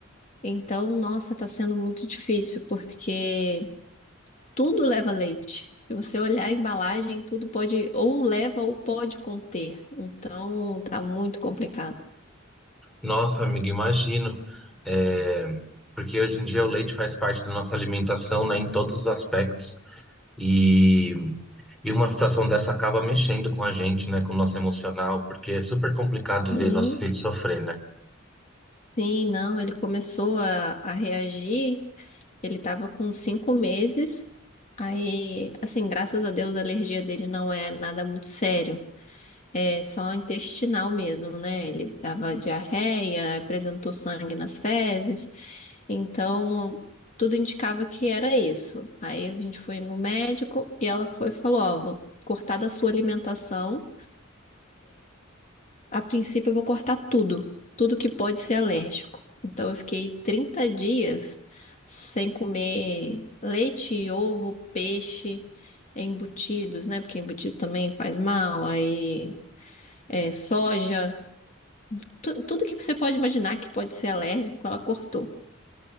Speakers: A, on the left; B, in the centre.
A: Então, nossa, tá sendo muito difícil, porque tudo leva leite. Se você olhar a embalagem, tudo pode, ou leva ou pode conter. Então, tá muito complicado.
B: Nossa, amiga, imagino. É, Porque hoje em dia o leite faz parte da nossa alimentação, né, em todos os aspectos. E... e uma situação dessa acaba mexendo com a gente, né, com o nosso emocional, porque é super complicado
A: Sim,
B: ver nosso filho sofrer, né?
A: sim, não, ele começou a, a reagir. Ele tava com cinco meses. Aí, assim, graças a Deus, a alergia dele não é nada muito sério. É só intestinal mesmo, né? Ele dava diarreia, apresentou sangue nas fezes. Então, tudo indicava que era isso. Aí a gente foi no médico e ela foi e falou, ó, vou cortar da sua alimentação a princípio, eu vou cortar tudo, tudo que pode ser alérgico. Então, eu fiquei 30 dias sem comer leite, ovo, peixe, embutidos, né? Porque embutidos também faz mal, aí é, soja, tu- tudo que você pode imaginar que pode ser alérgico, ela cortou.